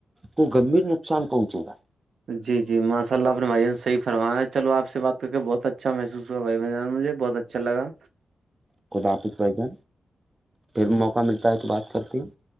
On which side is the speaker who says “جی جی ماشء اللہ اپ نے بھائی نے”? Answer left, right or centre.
Right